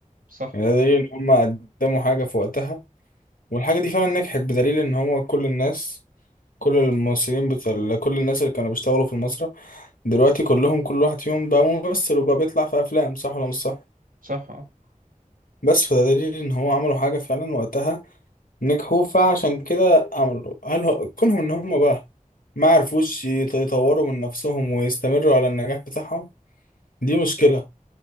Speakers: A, on the right; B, on the left.
A: صح
B: يعني ده دليل ان هم قدموا حاجة في وقتها والحاجة دي فعلا نجحت بدليل ان هو كل الناس كل الممثلين بتاع كل الناس اللي كانوا بيشتغلوا في المسرح دلوقتي كلهم كل واحد فيهم بقى ممثل وبقى بيطلع في افلام صح ولا مش صح
A: صح اه
B: بس فده دليل ان هو عملوا حاجة فعلا وقتها نجحوا فعشان كده عملوا هل هو كونهم ان هم بقى ما عرفوش يط- يطوروا من نفسهم ويستمروا على النجاح بتاعهم دي مشكلة